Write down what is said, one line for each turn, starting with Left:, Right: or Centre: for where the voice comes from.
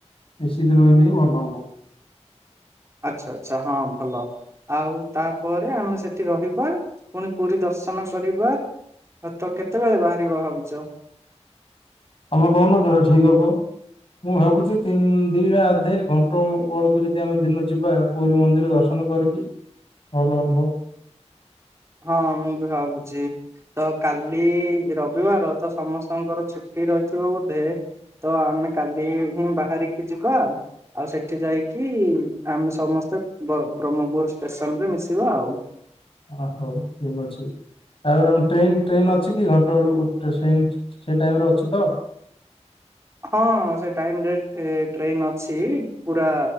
Left: ଏସିି ରେ ରହିଲେ ହିଁ ଭଲ ହବ
Right: ଆଚ୍ଛା ଆଚ୍ଛା ହଁ ଭଲ। ଆଉ ତାପରେ ଆମେ ସେଠି ରହିବା ପୁଣି ପୁରୀ ଦର୍ଶନ କରିବା ହଉ ତ କେତେବେଳେ ବାହାରିବ ଭାବିଛ?
Left: ତମେ କହୁନ ଯୋଟା ଠିକ୍ ହବ ମୁଁ ଭାବୁଛି ତିନ ଦିଟା ଅଧେ ଘଣ୍ଟ ବେଳକୁ ଯଦି ଆମେ ଦିନ ଯିବା ପୁରୀ ମନ୍ଦିର ଦର୍ଶନ କରିକି ଭଲ ହବ
Right: ହଁ ମୁଁ ବି ଭାବୁଛି ତ କାଲି ରବିବାର ତ ସମସ୍ତଙ୍କର ଛୁଟି ରହିଥିବା ବୋଧେ ତ ଆମେ କାଲି ହିଁ ବାହାରିକି ଯିବା ଆଉ ସେଠି ଯାଇକି ଆମେ ସମସ୍ତେ ବ୍ରହ୍ମପୁର ଷ୍ଟେସନ ରେ ମିଶିବା ଆଉ
Left: ହ ହଉ ଠିକ ଅଛି। ତାପରେ ଆମ ଟ୍ରେନ୍ ଟ୍ରେନ୍ ଅଛି କି ଘଣ୍ଟା ବେଳୁ ଗଟେ ଟ୍ରେନ୍ ସେ ଟାଇମ ରେ ଅଛି ତ?
Right: ହଁ ସେ ଟାଇମରେ ଟ୍ରେନ ଅଛି ପୁରା